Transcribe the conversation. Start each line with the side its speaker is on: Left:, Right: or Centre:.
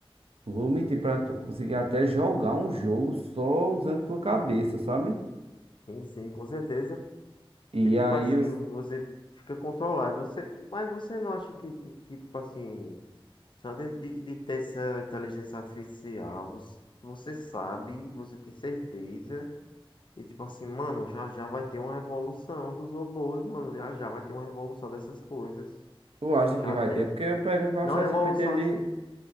Right: não vou mentir pra tu, conseguia até jogar um jogo só usando tua cabeça, sabe?
Left: Sim, sim, com certeza.
Right: E
Left: E tipo
Right: aí,
Left: assim,
Right: você-
Left: você fica controlado. Você... Mas você não acha que, que, que, tipo assim, só de, de, de ter essa inteligência artificial, você, você sabe, você tem certeza. E tipo assim, mano, já já vai ter uma revolução dos robôs, mano. Já já vai ter uma revolução dessas coisas.
Right: tu acha
Left: E já
Right: que vai
Left: tem.
Right: ter? Porque eu pergunto ao
Left: Não
Right: ChatGPT,
Left: revolução,
Right: ele,
Left: ass-